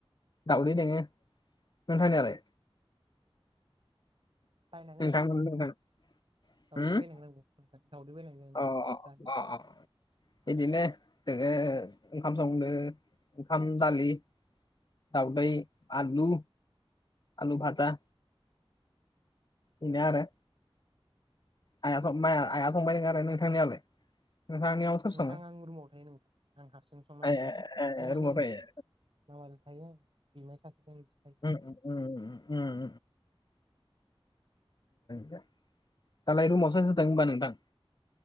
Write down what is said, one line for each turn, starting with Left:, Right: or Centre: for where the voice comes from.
Left: दाउदै दोङो नोंथां नियालाय?
Right: बायनांगोन
Left: नोंथांमोन
Right: आंबो दाउदै
Left: नोंथां
Right: दाउदै
Left: होम
Right: बायनांगोन आंबो दाउदै बायनांगोन
Left: अ अ
Right: दालि
Left: अ अ बिदिनो जोङो ओंखाम संदो ओंखाम दालि दाउदै आलु, आलु भाजा बिनो आरो। आइआ सं माया आइया संबाय दं आरो नोंथांनियालाय? नोंथांनियाव सोर
Right: नोंथां
Left: सङो
Right: आं रुमाव थायो नोंथां आं हारसिं संना
Left: ए
Right: जायो हारसिं
Left: ए ए,
Right: माने
Left: रुमाव थायो
Right: मामाजों थायो बिमाय सासे दं बिजों थायो।
Left: उम उम उम उम। दालाय रुमाव सोर-सोर दं होमबा नोंथां?